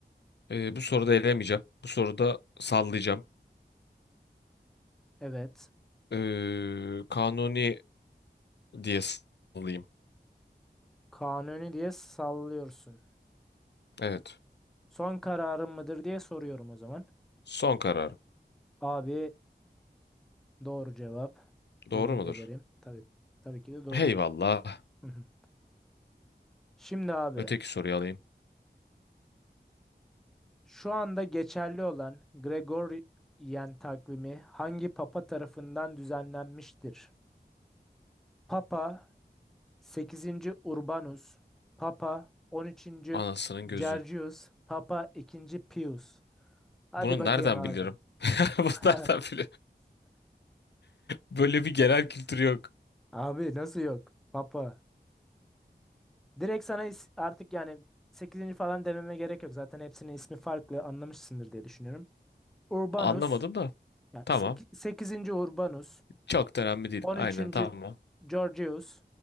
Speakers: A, on the left; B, in the centre.
A: Eee, bu soruda elemeyeceğim. Bu soruda sallayacağım.
B: Evet.
A: Eee Kanuni diye sallayayım.
B: Kanuni diye sallıyorsun.
A: Evet.
B: Son kararın mıdır diye soruyorum o zaman.
A: Son karar.
B: Abi doğru cevap. Tebrik
A: Doğru mudur?
B: ederim. Tabii, tabii ki de doğrudur.
A: Eyvallah.
B: <laughs> Hı hı. Şimdi abi
A: Öteki soruyu alayım.
B: şu anda geçerli olan Gregorian takvimi hangi papa tarafından düzenlenmiştir? Papa sekizinci Urbanus, Papa on üçüncü
A: Anasının gözü.
B: Gergius, Papa ikinci Pius. Hadi
A: Bunu
B: bakayım
A: nereden
B: abi.
A: bilirim? <laughs> Bunu
B: <laughs>
A: nereden bilirim? Böyle bir genel kültür yok.
B: Abi nasıl yok? Papa. Direkt sana is- artık yani sekizinci falan dememe gerek yok. Zaten hepsinin ismi farklı anlamışsındır diye düşünüyorum. Urbanus,
A: Anlamadım da.
B: yani
A: Tamam.
B: sekizinci Urbanus,
A: Çok da önemli değil.
B: on
A: Aynen
B: üçüncü
A: tamam.
B: Georgius,